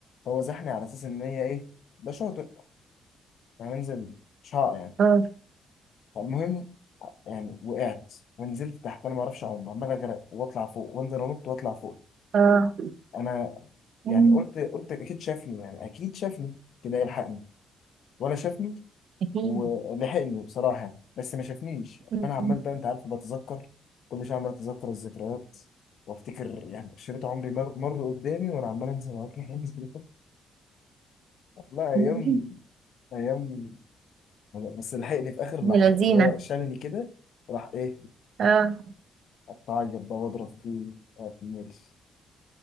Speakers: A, on the left; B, on the right.
A: هو زحني على اساس ان هي ايه ده شاطئ هننزل مش هقع يعني
B: اه
A: فالمهم يعني وقعت ونزلت تحت انا ما اعرفش اعوم عمال اغرق واطلع فوق وانزل انط واطلع فوق
B: أه.
A: انا
B: مم.
A: يعني قلت قلت اكيد شافني يعني اكيد شافني كده يلحقني ولا شافني
B: أكيد
A: ولحقني بصراحة بس ما شافنيش
B: مم.
A: فأنا عمال بقى أنت عارف بتذكر كل شوية عمال أتذكر الذكريات وأفتكر يعني شريط عمري مر, مر قدامي وأنا عمال أنزل وأجري أنزل <laughs> والله أيام
B: مم.
A: أيام بس لحقني في آخر
B: يا
A: لحظة
B: لذينة
A: اللي هو شالني كده راح إيه
B: اه
A: أتعيط بقى وأضرب فيه آه، بالليل.